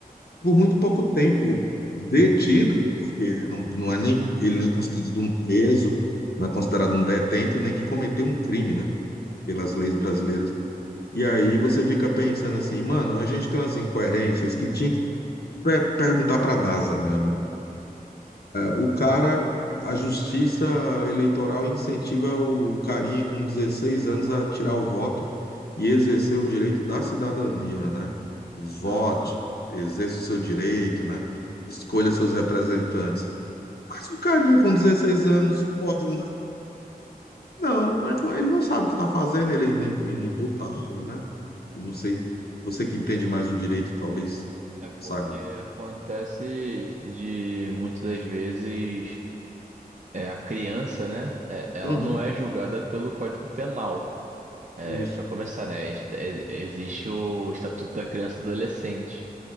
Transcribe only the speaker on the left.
por muito pouco tempo detido, porque não, não é nem ele não é considerado um preso, não é considerado um detento, nem que cometeu um crime, né? Pelas leis brasileiras. E aí você fica pensando assim, mano, a gente tem umas incoerências que tinha que pe- perguntar para a NASA, né? O cara, a justiça eleitoral incentiva o carinha com 16 anos a tirar o voto e exercer o direito da cidadania, né? Vote,
exerça o seu direito, né? Escolha seus representantes. Mas o carinha com 16 anos pode. né? Não, não é com- ele não sabe o que está fazendo, ele é inim- inimputável, né? Eu não sei, você que entende mais do direito, talvez
saiba.
Uhum,
isso.